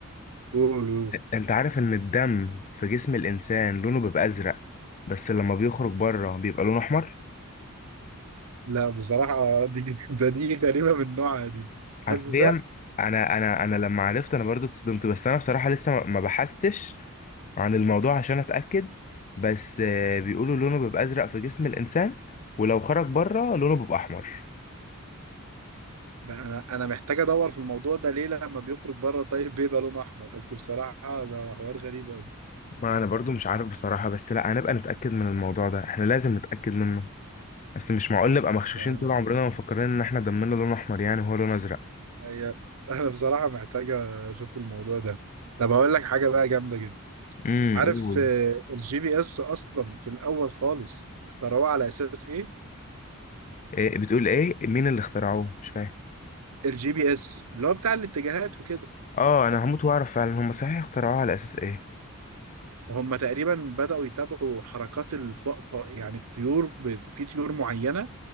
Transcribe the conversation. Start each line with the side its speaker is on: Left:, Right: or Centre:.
Right: قول قول
Left: انت عارف ان الدم في جسم الانسان لونه بيبقى ازرق بس لما بيخرج بره بيبقى لونه احمر
Right: لا بصراحة دي <laughs> ده دي غريبة من نوعها دي
Left: حرفيا
Right: أزرق
Left: انا انا انا لما عرفت انا برضو اتصدمت بس انا بصراحه لسه ما ما بحثتش عن الموضوع عشان اتاكد بس آه، بيقولوا لونه بيبقى ازرق في جسم الانسان ولو خرج بره لونه بيبقى احمر
Right: بقى أنا أنا محتاج أدور في الموضوع ده ليه لما بيخرج بره طيب بيبقى لون أحمر أصل بصراحة ده حوار غريب أوي
Left: ما انا برضو مش عارف بصراحه بس لا هنبقى نتاكد من الموضوع ده احنا لازم نتاكد منه بس مش معقول نبقى مغشوشين
Right: لا لا
Left: طول عمرنا ومفكرين ان احنا دمنا لون احمر يعني وهو لون ازرق
Right: هي <laughs> أنا بصراحة محتاج أشوف الموضوع ده طب هقول لك حاجة بقى جامدة جدا
Left: امم
Right: عارف
Left: قول
Right: الجي بي إس أصلا في الأول خالص اخترعوه على أساس إيه؟
Left: إيه بتقول ايه مين اللي اخترعوه مش فاهم
Right: الجي بي اس اللي هو بتاع الاتجاهات وكده
Left: اه انا هموت واعرف فعلا هم صحيح اخترعوه على اساس ايه
Right: وهم تقريبا بدأوا يتابعوا حركات الطقطق يعني الطيور ب- في طيور معينة